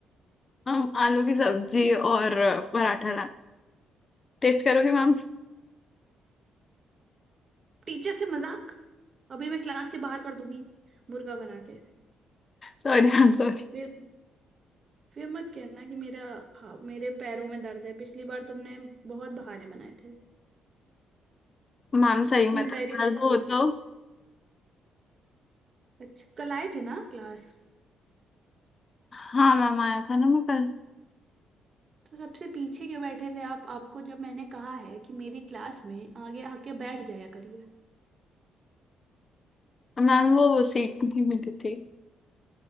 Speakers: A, on the left (about 35°); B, on the right (about 40°).
A: हम आलू की सब्जी और पराठा ला टेस्ट करोगे ma'am
B: टीचर से मजाक अभी मैं क्लास के बाहर कर दूंगी मुर्गा बना के
A: Sorry ma'am sorry
B: फिर फिर मत कहना कि मेरा हाँ मेरे पैरों में दर्द है पिछली बार तुमने बहुत बहाने बनाए थे
A: Ma'am सही
B: स्कूल
A: में था
B: डायरी
A: दर्द
B: लाए
A: हो
B: हो
A: तो
B: अच्छा कल आए थे ना क्लास
A: हाँ मैम आया था ना मैं कल
B: तो सबसे पीछे क्यों बैठे थे आप आपको जब मैंने कहा है कि मेरी क्लास में आगे आके बैठ जाया करिए
A: मैम वो, वो सीट नहीं मिली थी